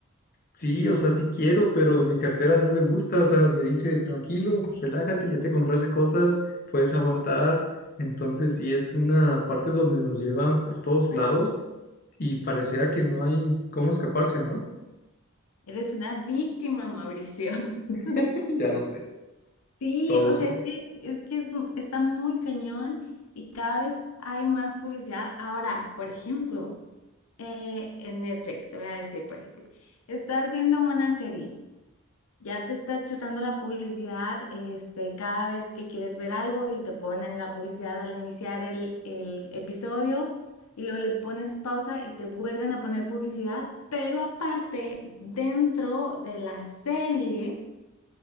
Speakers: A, on the left (about 40°); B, on the left (about 80°).
A: sí, o sea, sí quiero, pero mi cartera no le gusta, o sea, me dice, tranquilo, relájate, ya te compraste cosas, puedes aguantar, entonces sí es una parte donde nos llevan por todos lados y pareciera que no hay cómo escaparse, ¿no?
B: Eres una víctima, Mauricio. <laughs>
A: <laughs> Ya lo sé,
B: Sí,
A: todos
B: o sea,
A: somos.
B: es que, es que es- está muy cañón y cada vez hay más publicidad. Ahora, por ejemplo, eh, en Netflix, te voy a decir, por ejemplo, estás viendo una serie, ya te está chutando la publicidad, este, cada vez que quieres ver algo y te ponen la publicidad al iniciar el, el episodio y luego le pones pausa y te vuelven a poner publicidad, pero aparte, dentro de la serie.